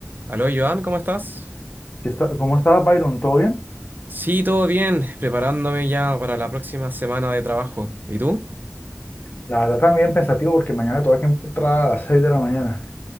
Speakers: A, on the right; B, on the left.
A: Aló, Joan, ¿cómo estás?
B: ¿Qué está- ¿Cómo estás, Byron? ¿Todo bien?
A: Sí, todo bien, preparándome ya para la próxima semana de trabajo. ¿Y tú?
B: La verdad también pensativo porque mañana tengo que entrar a las 6 de la mañana.